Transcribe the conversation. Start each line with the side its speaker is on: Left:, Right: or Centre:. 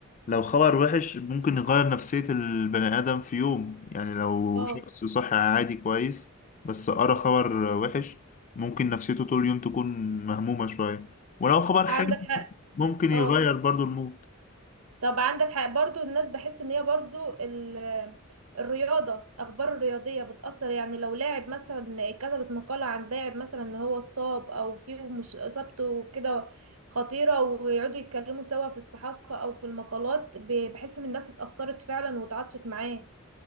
Left: لو خبر وحش ممكن يغير نفسيه البني ادم في يوم يعني لو
Right: اه
Left: شخص صحي عادي كويس بس قرا خبر وحش ممكن نفسيته طول اليوم تكون مهمومه شويه ولو خبر حلو
Right: عندك حق
Left: ممكن يغير
Right: اه
Left: برضو المود
Right: طب عندك حق برضو الناس بحس ان هي برضو ال- الرياضة أخبار الرياضية بتأثر يعني لو لاعب مثلا كتبت مقالة عن لاعب مثلا ان هو اتصاب أو فيه مش إصابته كده خطيرة ويقعدوا يتكلموا سوا في الصحافة أو في المقالات ب- بحس ان الناس اتأثرت فعلا وتعاطفت معاه